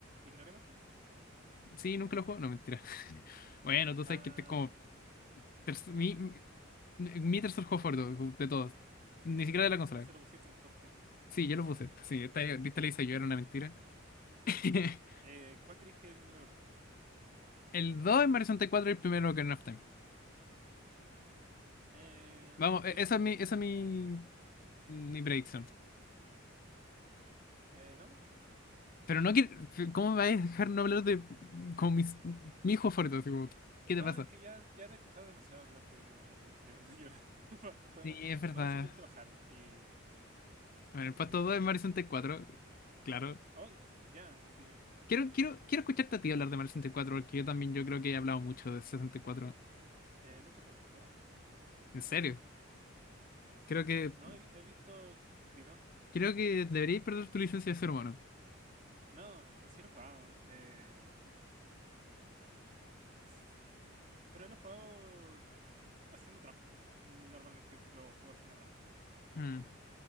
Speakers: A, on the right; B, on the left.
A: ¿Ignoremos esta?
B: sí, nunca lo juego, no, mentira. Bueno, tú
A: Ah,
B: sabes que este es como terc- mi, mi, mi tercer juego favorito de todos, ni siquiera
A: sí,
B: de la
A: pues
B: consola.
A: por eso lo pusiste en el top tres
B: Sí, yo lo puse, sí, esta, esta le hice yo, era una mentira. <laughs>
A: Eh, ¿cuál creéis que es el número dos
B: El 2 es Mario 64 y cuatro y el primero que of Time.
A: Eh,
B: Vamos,
A: ¿queréis
B: e-
A: verlo
B: esa es mi,
A: ahora?
B: esa es mi, mi predicción.
A: Eh, ¿vamos?
B: Pero no que... ¿Cómo me vais a dejar no hablar de... con mis, mi hijo fuerte? Así como, ¿qué
A: No,
B: te pasa?
A: es que ya, ya te he escuchado demasiado hablar de Ocarina, de Mayora. <laughs> Po- Podemos,
B: Sí, es verdad.
A: podemos simplemente bajar y,
B: Bueno, el puesto
A: y después
B: 2
A: te
B: es
A: pregunto.
B: Mario 64. Claro.
A: Oh, ya, ya, sí.
B: Quiero, quiero, quiero escucharte a ti hablar de Mario 64 porque yo también yo creo que he hablado mucho de 64.
A: Eh, nunca he jugado este juego.
B: En serio. Creo que,
A: No, he, vi- he visto videos.
B: creo que deberíais perder tu licencia de ser humano.
A: No, sí lo he jugado. eh, s- pero lo he jugado haciendo trampa. Normalmente ju- lo juego haciendo trampa.
B: Mm.